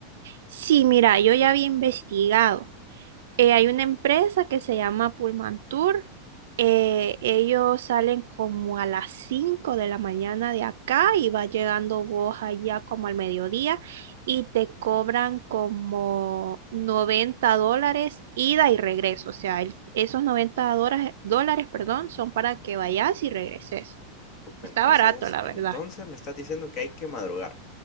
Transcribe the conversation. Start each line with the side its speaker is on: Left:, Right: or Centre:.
Right: Sí, mira, yo ya había investigado. Eh, hay una empresa que se llama Pullman Tour. Eh, ellos salen como a las 5 de la mañana de acá y va llegando vos allá como al mediodía y te cobran como 90 dólares ida y regreso. O sea, el- esos 90 dólares, dólares, perdón, son para que vayas y regreses.
Left: Uf,
Right: Está
Left: Entonces,
Right: barato, la
Left: entonces
Right: verdad.
Left: me estás diciendo que hay que madrugar.